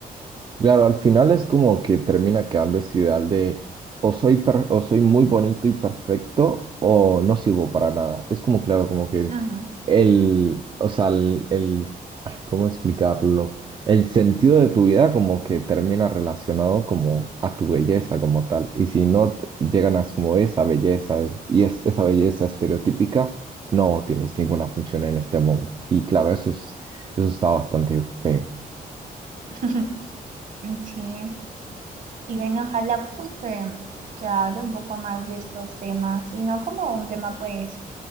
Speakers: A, on the right (about 30°); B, on the right (about 55°).
A: Claro, al final es como que termina quedando ese ideal de o soy, per- o soy muy bonito y perfecto o no sirvo para nada. Es como, claro, como que
B: Ujú.
A: el, o sea, el, el- ay, ¿cómo explicarlo? El sentido de tu vida como que termina relacionado como a tu belleza como tal. Y si no te- llegan a como esa belleza de- y es, esa belleza estereotípica, no tienes ninguna función en este mundo. Y claro, eso es, eso está bastante feo.
B: <laughs> Sí, y bueno, ojalá pues que se hable un poco más de estos temas y no como un tema pues